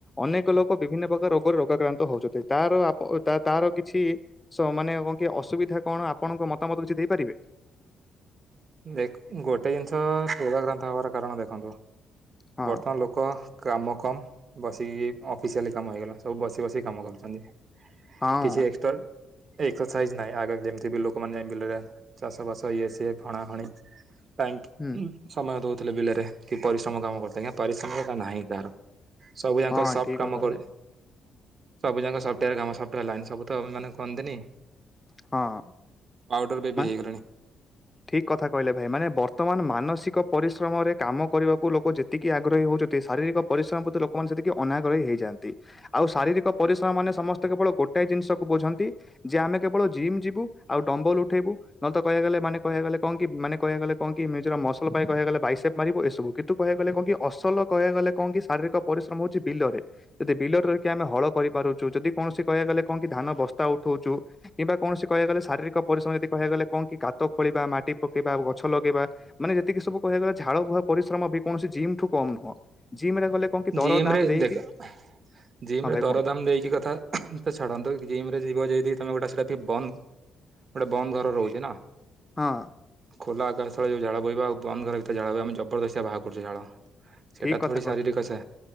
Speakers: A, on the left; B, on the right.
A: ଅନେକ ଲୋକ ବିଭିନ୍ନ ପ୍ରକାର ରୋଗର ରୋଗାକ୍ରାନ୍ତ ହଉଛନ୍ତି ତାରପ ତାର କିଛି ସ ମାନେ କଣ କି ଅସୁବିଧା କଣ ଆପଣଙ୍କ ମତାମତ କିଛି ଦେଇପାରିବେ।
B: ଦେଖ ଗୋଟେ ଜିନିଷ ପଗକ୍ରାନ୍ତ ହବାର କାରଣ ଦେଖନ୍ତୁ
A: ହଁ
B: ବର୍ତ୍ତମାନ ଲୋକ ଲୋକ କାମ କମ ବସିକି ଅଫିସିଆଲି କାମ ହେଇଗଲା ସବୁ ବସି ବସି କାମ କରୁଛନ୍ତି।
A: ହଁ।
B: କିଛି ଏକ୍ସଟ୍ ଏକ୍ସରସାଇଜ୍ ନାହିଁ ଆଗ ଯେମିତି ବି ଲୋକମାନେ ବିଲରେ ଚାଷ ବାସ ଇଏ ସିଏ ହଣା ହଣି ପାଇଁ
A: ହୁଁ
B: ଉଁ ସମୟ ଦଉଥିଲେ ବିଲରେ କି ପରିଶ୍ରମ କାମ କରିଥିଲେ ଆଜ୍ଞା ପରିଶ୍ରମା ନାହିଁ କହାର। ସବୁ ଯାଙ୍କ
A: ହଁ
B: ସଫ୍ଟ
A: ଠିକ
B: କାମ
A: କଥା
B: କରୁ
A: ଭାଇ
B: ସବୁ ଯାକ ସଫ୍ଟୱୋର୍ କାମ ସଫ୍ଟୱୋର ଲାଇନ୍ ସବୁ ତ ମାନ କୁହନ୍ତିନି
A: ହଁ।
B: ପାଉଡ଼ର ବେବି
A: ମା
B: ହେଇଗଲାଣି।
A: ଠିକ କଥା କହିଲେ ଭାଇ ମାନେ ବରଂ ବର୍ତ୍ତମାନ ମାନସିକ ପରିଶ୍ରମରେ କାମ କରିବାକୁ ଲୋକ ଯେତିକି ଆଗ୍ରହୀ ହଉଛନ୍ତି ଶାରୀରିକ ପରିଶ୍ରମ ପ୍ରତି ଲୋ ଲୋକମାନେ ସେତିକି ଅନାଗ୍ରହୀ ହେଇଯାନ୍ତି ଆଉ ଶାରୀରିକ ପରିଶ୍ରମ ମାନେ ସମସ୍ତେ କେବଳ ଗୋଟାଏ ଜିନିଷକୁ ବୁଝନ୍ତି ଯେ ଆମେ କେବଳ ଜିମ୍ ଯିବୁ ଆଉ ଡମ୍ବଲ ଉଠେଇବୁ ନଏଲ୍ ତ କହିଆକୁ ଗଲେ ମାନେ କହିଆ ଗଲେ କଁ କି ମାନେ କୟା ଗଲେ କଁ କି ମିଜର ମସ୍ <unintelligible> ପାଇ କହିଆ ଗଲେ ବାଇସେପ୍ ମାରିବୁ ଏସବୁ କିତୁ କହିଆକୁ ଗଲେ କଁ କି ଅସଲ କହିଆ ଗଲେ କଁ କି ଶାରୀରିକ ପରିଶ୍ରମ ହଉଚି ବିଲରେ ଯଦି ବିଲରେ ରହିକି ଆମେ ହଳ କରିପାରୁଚୁ ଯଦି କୌଣସି କହିଆକୁ ଗଲେ କଁ କି ଧାନ ବସ୍ତା ଉଠଉଚୁ। କିମ୍ବା କୌଣସି କହିଆ ଗଲେ ଶାରୀରିକ ପରିଶ୍ରମ ଯଦି କହିବା ଗଲେ କଣ କି କାତ ଖୋଳିବା, ମାଟି ପକେଇବା, ଗଛ ଲଗେଇବା। ମାନେ ଯେତିକି ସବୁ କହିଆ ଗଲା ଝାଳ ବୁହା ପରିଶ୍ରମ ବି କୌଣସି ଜିମ୍ ଠୁ କମ୍ ନୁହଁ। ଜିମ୍ ରେ ଗଲେ କଣ କି ଦର
B: ଜିମ୍
A: ଦାମ
B: ରେ
A: ଦେଇକି
B: ଦେ ହାଁ ଜିମ୍
A: ହଁ
B: ରେ
A: ଭାଇ
B: ଦରଦାମ
A: କୁହନ୍ତୁ।
B: ଦେଇକି କଥା ତ ଛାଡ଼ନ୍ତୁ ଜିମ୍ ରେ ଯିବ ଯେଦି ତମେ ଗୋଟେ ସେଟା ବି ବନ୍ଦ୍ ଗୋଟେ ବନ୍ଦ ଘର ରହୁଚି ନା।
A: ହଁ।
B: ଖୋଲା ଆକାଶ ତଳେ ଯୋଉ ଝାଳ ବହିବ ଆଉ ବନ୍ଦ ଘର ଭିତରେ ଝାଳ ବୋୟ ଆମେ ଜବରଦସ୍ତିଆ ବାହ କରୁଚେ ଝାଳ। ସେଇଟା
A: ଠିକ୍
B: ଥୋଡି
A: କଥ୍
B: ଶାରୀରିକ ସା